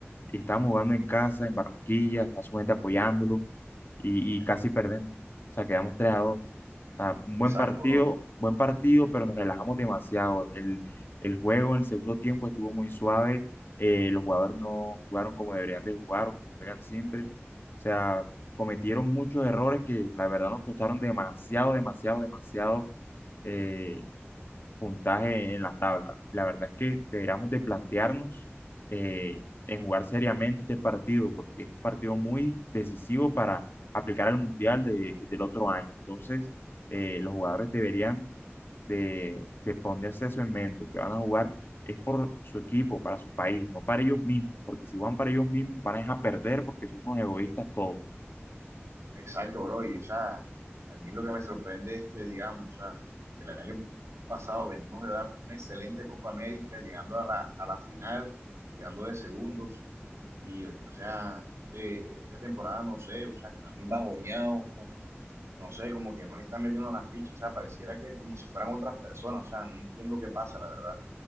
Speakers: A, on the left; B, on the right.
A: y estamos jugando en casa, en Barranquilla, está su gente apoyándolo y, y casi perdemos. O sea, quedamos 3 a 2. O sea, un
B: exacto,
A: buen partido,
B: bro.
A: buen partido, pero nos relajamos demasiado. El, el juego en el segundo tiempo estuvo muy suave. eh, los jugadores no jugaron como deberían de jugar o como juegan siempre. O sea, cometieron muchos errores que la verdad nos costaron demasiado, demasiado, demasiado eh, puntaje en la tabla. La verdad es que deberíamos de plantearnos eh, en jugar seriamente este partido, porque es un partido muy decisivo para aplicar al Mundial de- del otro año. Entonces, eh, los jugadores deberían de, de ponerse eso en mente, que van a jugar es por su equipo, para su país, no para ellos mismos, porque si van para ellos mismos van a dejar perder porque son unos egoístas todos.
B: Exacto, bro. Y o sea, a mí lo que me sorprende es que, digamos, o sea, el año pasado venimos de dar una excelente Copa América, llegando a la, a la final, quedando de segundos. Y, o sea, este, esta temporada, no sé, o sea, está muy bajoneado, no sé, como que no le están metiendo las fichas, o sea, pareciera que como si fueran otras personas, o sea, no entiendo qué pasa, la verdad.